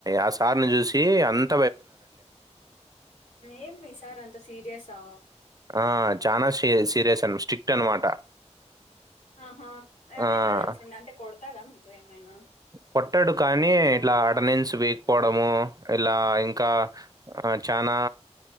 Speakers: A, on the right; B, on the left.
A: ఆ సార్ని చూసి అంత
B: ఏమి మీ సార్ అంత సీరియసా
A: ఆ చాలా సీరియస్ అ స్టిస్ట్ అనమాట
B: ఆహా అది
A: ఆ!
B: ఎట్లా తెలిసింది అంటే కొడతాడ మీతో ఏమైనా
A: కొట్టాడు కానీ ఇట్లా అటెండెన్స్ వేయకపోవడము ఇలా ఇంకా ఇంక చనా